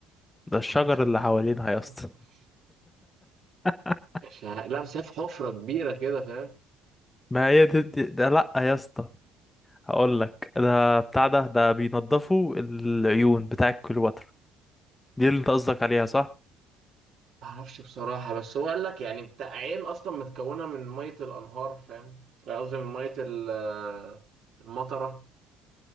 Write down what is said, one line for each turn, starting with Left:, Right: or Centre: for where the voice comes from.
Left: ده الشجر
Right: والله شايف
Left: اللي حوالينها يا اسطى
Right: <laughs>
Left: <laughs>
Right: لا بس هي في حفرة كبيرة كده فاهم
Left: ما هي دي دي- ده لا يا اسطى هقول لك ده بتاع ده ده بينضفوا العيون بتاع كليوباترا دي اللي انت قصدك عليها صح
Right: معرفش بصراحة بس هو قال لك يعني بتاع عين أصلا متكونة من مية الأنهار فاهم يعني قصدي من مية ال- آه، المطرة